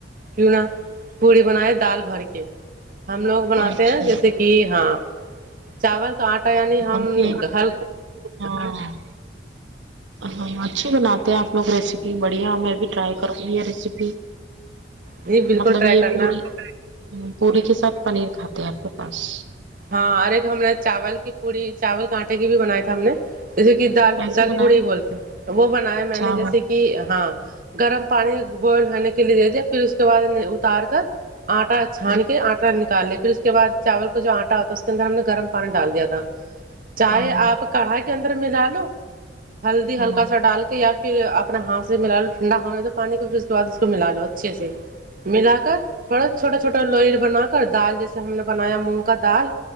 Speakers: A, on the right; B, on the right.
A: کیوں نہا پوڑی بنائے دال بھر کے ہم لوگ بناتے
B: اچھا
A: ہیں جیسے کہ ہاں چاول کا آٹا یعنی ہم
B: اوکے
A: گر
B: ہاں ہاں اچھی بناتے ہیں آپ لوگ ریسیپی بڑھیا میں بھی ٹرائی کروں گی یہ ریسیپی
A: جی بالکل
B: مطلب
A: ٹرائی
B: یہ
A: کرنا
B: پوری پوری کے ساتھ پنیر کھاتے ہیں آپ کے پاس
A: ہاں ار ایک ہم نے چاول کی پوڑی چاول کا آٹے کی بھی بنائی ہم نے جیسے کہ دال
B: کیسے
A: دال
B: بنائیں
A: پوڑی بولتے وہ بنایا میں
B: چاول
A: نے جیسے کہ کہ ہاں گرم پانی بوئل ہونے کے لیے دے دیا پھر اس کے بعد اتار کر آٹا چھان
B: ہاں
A: کے آٹا نکال لے پھر اس کے بع چاول کو جو آٹا تو اس کے اندر ہم نے گرم پانی ڈال دیا تھا چاہے
B: ہاں
A: آپ کڑھائی کے اندر ملا لو ہلدی
B: ہاں
A: ہلکا سا ڈال کے یار پھر اپنا ہاتھ سے ملا لو ٹھنڈا ہونے تو پانی کو پھر اس کے بعد اس کو ملا لو اچھے سے ملا کر تھوڑا چھوٹا چھوٹا لوئر بنا کر دال جیسے ہم نے بنایا مونگ کا دال